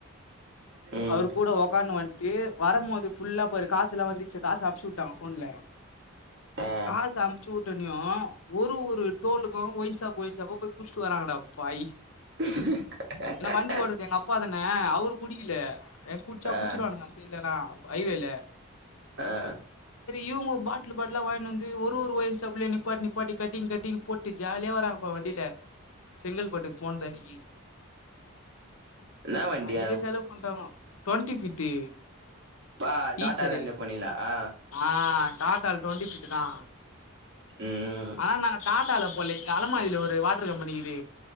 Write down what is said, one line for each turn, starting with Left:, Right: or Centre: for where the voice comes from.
Right: ம்
Left: அவரு கூட உக்கார் வந்ட்டு வரும்போது ஃபுல்லா போயரு காச எல்லாம் வந்துருச்சு காசு அப்பச்சு விட்டாங்க ஃபோன்ல
Right: ஆ
Left: காசு அமைச்சு விட்டனேு ஒரு ஒரு டோலுக்கும் ஒய்ிசாப்ப ஒயிச்சாப்ப போய் குச்சிட்டு வராங்கடா பாயீ
Right: ஹ
Left: வண்டிஓடுறது எங்க அப்பாதன அவரு குடிக்கல என் குடிச்சா
Right: ஆ
Left: பிச்சிருவான்க அன் சைட்ல அங்கள ஐவேல
Right: ஆ
Left: இவங்க பாட்லு பாட்லா வாங்கின்னு வந்து ஒரு ஒரு ஒயின்சாப்லயும் நிப்பாட்டி நிப்பாட்டி கட்டிங் கட்டிங் போட்டு ஜாலியா வராங்க வண்டியில செங்கல்பட்டுக்கு போன தன்னைக்கு
Right: என்ன வண்டியா
Left: அன்க்கே செலவு பண்ட்டாங்கோ டவெ்ன்டி ஃபிட்டு
Right: பா டாட்டால
Left: ஈச்சரு
Right: இருந்து போனீங்களா ஆ
Left: ஆ டாட்டா டுவென்டி ஃபிட்டு தான்
Right: ம்
Left: ஆனா நாங்க டாட்டால போல இங்க அலமாதில ஒரு வாட்டர் கம்பெனிக்குது